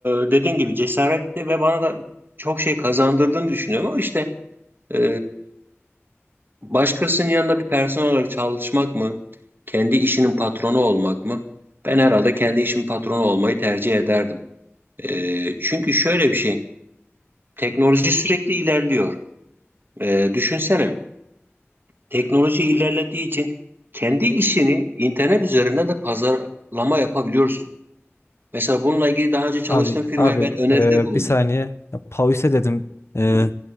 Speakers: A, on the right (about 45°); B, on the left (about 60°).
A: e, dediğin gibi cesaretti ve bana da çok şey kazandırdığını düşünüyorum ama işte e, başkasının yanında bir personel olarak çalışmak mı, kendi işinin patronu olmak mı? Ben herhalde kendi işimin patronu olmayı tercih ederdim. E, çünkü şöyle bir şey, teknoloji sürekli ilerliyor. E, düşünsene, teknoloji ilerlediği için kendi işini internet üzerinden de pazarlama yapabiliyorsun. Mesela bununla ilgili daha önce çalıştığım
B: Abi
A: firmaya
B: abi
A: ben öneride
B: e,
A: bulundum.
B: bir saniye. Ya, Pause dedim. E,